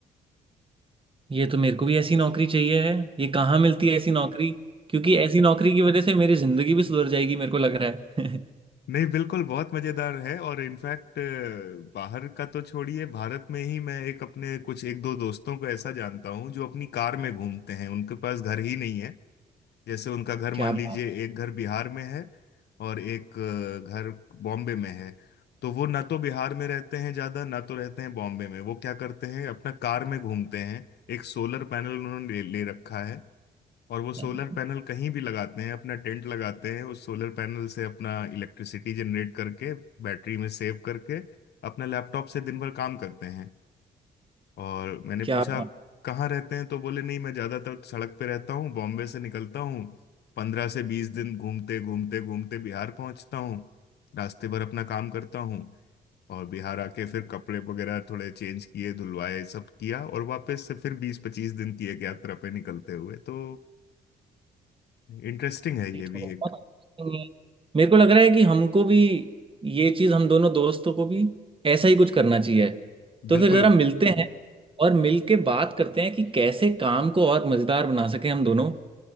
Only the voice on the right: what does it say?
ये तो मेरे को भी ऐसी नौकरी चाहिए है ये कहाँ मिलती है ऐसी नौकरी क्योंकि ऐसी नौकरी की वजह से मेरी जिंदगी भी सुधर
जाएगी मेरे को लग रहा है
<laughs>
क्या बात
है
क्या
बात
ठीक
है,
बहुत
अच्छी चीज़ है। मेरे को लग रहा है कि हमको भी ये चीज़ हम दोनों दोस्तों को भी ऐसा ही कुछ करना चाहिए तो
फिर ज़रा मिलते हैं और मिल के बात करते हैं कि कैसे काम को और मज़ेदार बना सके हम दोनों